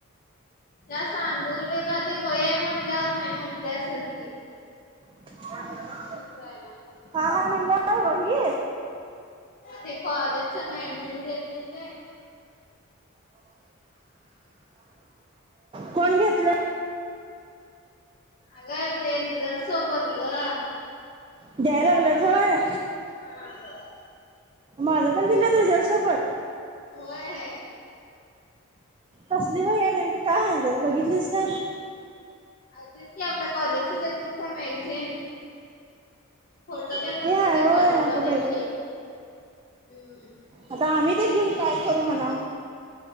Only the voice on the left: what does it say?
त्या सांदूडयला ते वय म्हटल्यावर, नाही म्हंटली असेल ती.
घेऊन जाय ना.
ते कॉलेजच मॅगझिन घेते ते.
अगं ते रिझल्ट सोबत ग.
हा <unintelligible>
होय.
अग तेच. की आपल्या कॉलेजच येत नाही का मॅगझिन. फोटो तेन असत्याग
कॉलेजवाल्यांचे.
हम्म.